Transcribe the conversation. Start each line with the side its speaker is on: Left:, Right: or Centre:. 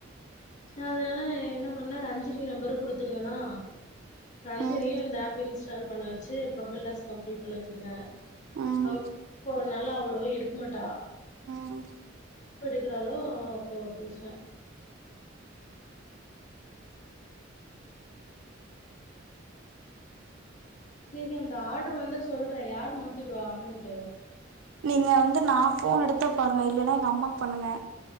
Left: ந அதனால என்ன பண்ண ரஞ்சினி நம்பரு குடுத்திருந்தனா ரஞ்சனியு
Right: ம்
Left: இந்த ஆப் இன்ஸ் ஸ்டால் பண்ண வச்சு ப்ரொபைல் டாஸ்க் கம்ப்ளீட் பண்ண வச்சிருக்கே
Right: ம்
Left: அவ ஒர்க் போர நால அவ்வளவா எடுக்கமாட்டா
Right: ம்
Left: எப்போ எடுக்குறாலோ அப்போ பேசுவே செரி அந்த ஆடரு வந்தா சொல்கிறே யார் மாத்தி விடுவா அமௌண்ட்டு
Right: நீங்க வந்து நா போன் எடுத்த பாருங்க இல்லைன்னா எங்க அம்மாவுக்கு பண்ணுங்க